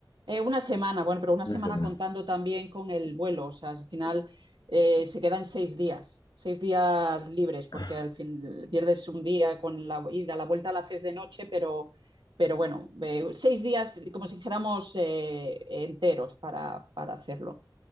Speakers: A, on the right; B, on the left.
A: Eh, una semana, bueno, pero una
B: Una
A: semana
B: semana.
A: contando también con el vuelo, o sea, al final eh, se quedan seis días, seis días libres, porque
B: Ah,
A: al fin pierdes un día con la ida, la vuelta la haces de noche, pero, pero bueno, eh, seis días, como si dijéramos, eh, enteros para, para hacerlo.